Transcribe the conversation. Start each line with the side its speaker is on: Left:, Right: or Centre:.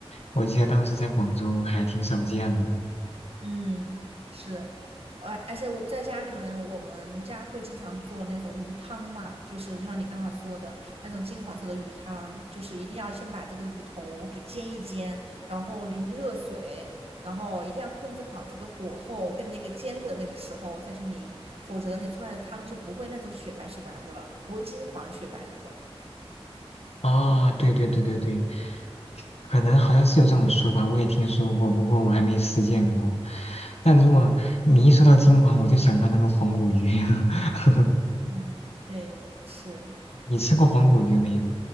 Left: 我记得当时在广州还挺少见的。
Right: 嗯，是，而而且我在家里面，我们家会经常做那种鱼汤嘛，就是就像你刚才说的那种金黄色的鱼汤，就是一定要先把这个鱼头给煎一煎，然后淋热水，然后一定要控制好这个火候跟那个煎的那个时候再去淋，否则你出来的汤就不会那种雪白雪白的了，不会金黄雪白那种。
Left: 啊，对对对对对，可能好像是有这种说法，我也听说过，不过我还没实践过。但如果你一说到金黄，我就想到那个黄骨鱼，<laughs>
Right: 嗯，对，是
Left: 你吃过黄骨鱼没有？